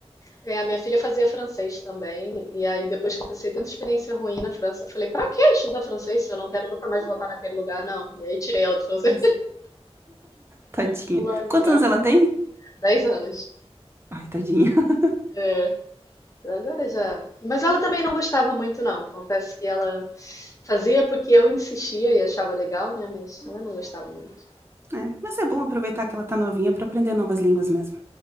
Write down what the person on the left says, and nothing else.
É, a minha filha fazia francês também, e aí depois que eu passei tanta experiência ruim na França, eu falei, pra que estudar francês se eu não quero nunca mais voltar naquele lugar, não? E aí tirei ela do francês,
<laughs> não vai usar.
Dez anos.
É, então agora já. Mas ela também não gostava muito, não. Confesso que ela fazia porque eu insistia e achava legal, né? Mas ela não gostava muito.